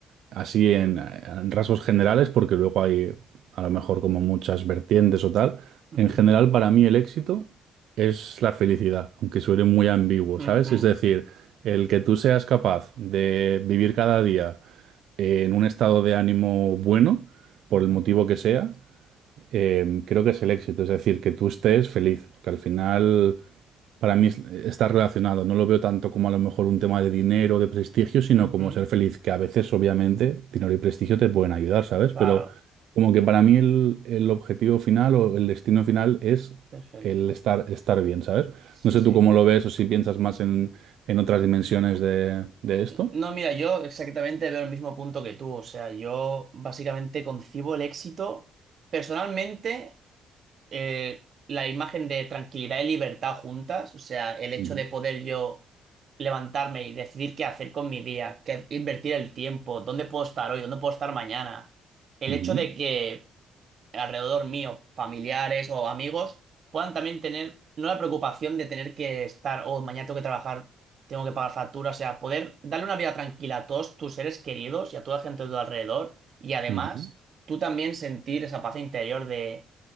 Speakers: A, on the right; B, on the right.
A: así en, en rasgos generales, porque luego hay a lo mejor como muchas vertientes o tal.
B: ujú,
A: En general, para mí el éxito es la felicidad, aunque suene muy ambiguo,
B: ujú,
A: ¿sabes? Es decir, el que tú seas capaz de vivir cada día en un estado de ánimo bueno, por
B: ujú,
A: el motivo que sea, eh, creo que es el éxito, es decir, que tú estés feliz, porque al final... Para mí es- está relacionado, no lo veo tanto como a lo mejor un tema de dinero, de prestigio, sino
B: ujú.
A: como ser feliz, que a veces obviamente dinero y prestigio te pueden ayudar, ¿sabes?
B: Claro,
A: Pero como que para mí el, el objetivo final o el destino final es
B: ser feliz.
A: el estar, estar bien, ¿sabes?
B: Sí,
A: No sé
B: sí.
A: tú cómo lo ves o si piensas más en, en otras dimensiones de, de esto.
B: No, mira, yo exactamente veo el mismo punto que tú. O sea, yo básicamente concibo el éxito personalmente. eh, la imagen de tranquilidad y libertad juntas, o sea, el hecho
A: Ujú.
B: de poder yo levantarme y decidir qué hacer con mi día, qué invertir el tiempo, dónde puedo estar hoy, dónde puedo estar mañana, el
A: Ujú,
B: hecho de que alrededor mío, familiares o amigos, puedan también tener, no la preocupación de tener que estar, oh, mañana tengo que trabajar, tengo que pagar facturas, o sea, poder darle una vida tranquila a todos tus seres queridos y a toda la gente de tu alrededor, y además
A: ujú,
B: tú también sentir esa paz interior de,